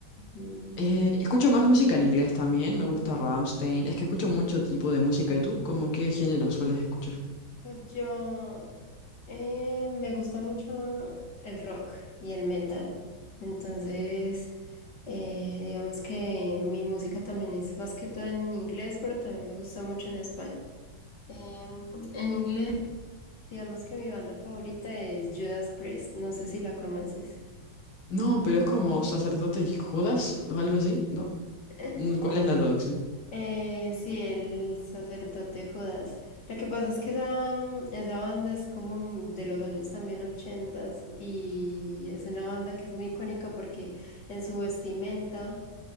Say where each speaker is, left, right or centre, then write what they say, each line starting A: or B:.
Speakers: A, on the left; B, on the left.
A: mm.
B: Eh, escucho más música en inglés también, me gusta Rammstein. Es que escucho mucho tipo de música. ¿Y tú, cómo qué género sueles escuchar?
A: Pues yo eh, me gusta mucho el rock y el metal. Entonces, eh, digamos que mi música también es más que todo en inglés, pero también me gusta mucho en español. Em, en inglés. Digamos que mi banda favorita es Judas Priest, no sé si la conoces.
B: No, pero es como sacerdote y Judas o algo así, ¿no?
A: <laughs>
B: Mm, ¿Cuál es la traducción?
A: Eh, sí, el sacerdote Judas. Lo que pasa es que esa, mm, esa banda es como de los años también ochentas y es una banda que es muy icónica porque en su vestimenta